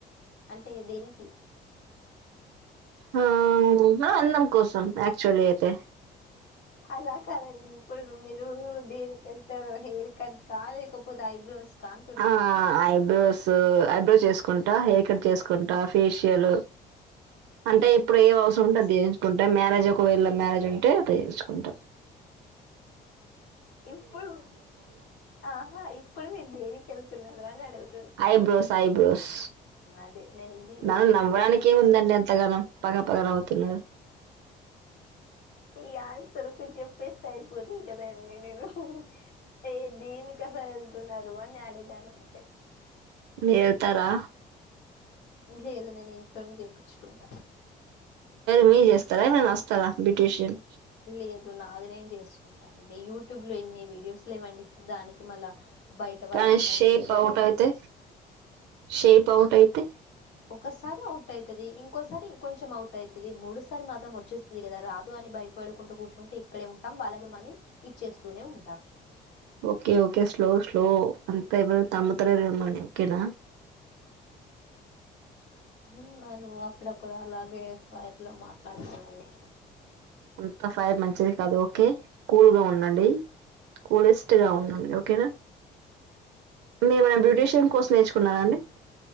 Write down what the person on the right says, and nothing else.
ఆ అన్నం కోసం యాక్చువల్లీ అయితే
ఆ ఐబ్రోస్ ఐబ్రోస్ చేసుకుంటా హెయిర్ కట్ చేసుకుంటా ఫేషియల్ అంటే ఇప్పుడు ఏ అవసరం ఉంటే అది చె ఉంటే మ్యారేజ్ ఒకవేళ మ్యారజ్ అట్ల చేపించుకుంటాం
ఐబ్రోస్ ఐబ్రోస్
దాంట్లో నవ్వడానికే
ఎం ఉందండి అంతాగానం పగ పగన నవు <unintelligible>
మీరు వెళ్తారా
మీరు చేస్తారా నేను వస్తా బ్యూటీషియన్
కానీ
షేప్
అవుట్ అయితే షేప్ అవుట్ అయితే
ఓకే ఓకే స్లో స్లో అంత తమ్ము లేదు మిమ్మలిని ఓకేనా
అంత ఫైర్ మంచిది కాదు ఓకే కూల్ గా ఉండండి కూలిస్ట్ గా ఉండండి ఓకేనా మే మన బ్యూటీషియన్ కోర్సు నేర్చుకున్నార అండి